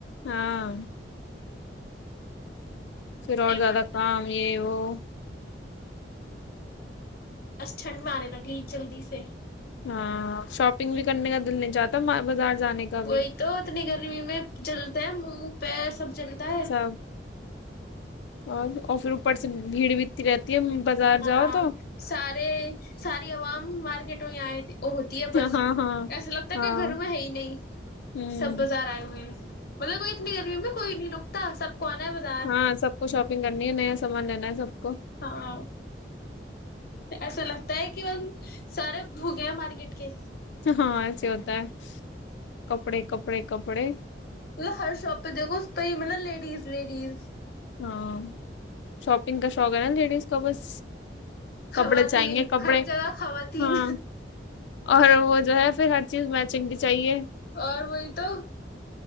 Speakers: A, on the left; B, on the left.
A: ہاں <unintelligible> پھر
B: نہیں
A: اور زیادہ
B: پڑتا
A: کام
B: ہے
A: یہ وہ <inaudible>
B: بس ٹھنڈ میں آنے لگے جلدی سے
A: ہاں شاپنگ بھی کرنے کا دل نہیں چاہتا بازار جانے کا
B: وہی
A: بھی
B: تو اتنی گرمی میں جلتے ہیں اوپ سب چلتا ہے
A: سب اور اور پھر اوپر سے بھیڑ بھیتی رہتی ہے بازار
B: ہاں
A: جاؤ تو
B: سارے ساری عوام مارکیٹ <unintelligible> وہ ہوتی ہے بس
A: ہاں ہاں
B: ایسا لگتا ہے
A: ہاں
B: کہ گھر میں ہے ہی نہیں
A: ہوں
B: سب بازار آئے ہوئے ہیں مطلب کو اتنی کرمی ا میں کوئی نہیں روکتا سب کو آنا ہے بازار
A: ہاں سب کو شاپنگ کرنی ہے نیا سامان لینا ہے سب کو
B: ہاں ایسا لگتا ہے کہ وہ سارے بھوکے ہیں مارکیٹ کے
A: ہاں ایسے ہوتا ہے کپڑے کپڑے کپڑے
B: مطلب ہر شاپ پہ دیکھو اس پہ ہی مطلب لیڈیز لیڈیز
A: ہاں شاپنگ کا شوق ہے نا لیڈیز کا بس
B: خواتین
A: کپڑے چاہیے کپڑے
B: ہر جگہ خواتین
A: ہاں اور وہ جو ہے پھر ہر چیز میچنگ بھی چاہیے
B: اور وہی تو